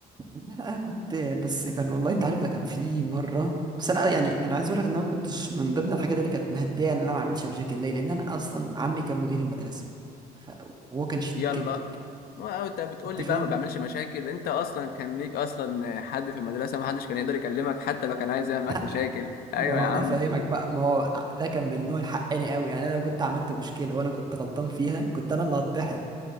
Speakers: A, on the right; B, on the left.
A: لا لا أنا كنت بس كان والله انت عارف ده كان في مره بس انا اه يعني انا عايز اقول لك ان انا ما كنتش من ضمن الحاجات اللي كانت مهديه ان انا ما اعملش مشاكل ليه لان انا اصلا عمي كان مدير المدرسه ف- وهو كان شديد
B: يلا
A: جدا
B: وانت بتقول
A: انت
B: لي
A: فاهم
B: بقى ما بعملش مشاكل انت اصلا كان ليك اصلا حد في المدرسه ما حدش كان يقدر يكلمك حتى لو كان عايز يعمل
A: لا
B: معاك مشاكل ايوه
A: ما هو
B: يا عم
A: انا فاهمك بقى ما هو ده كان من نوع الحقاني قوي يعني انا لو كنت عملت مشكله وانا كنت غلطان فيها كنت انا اللي هطحن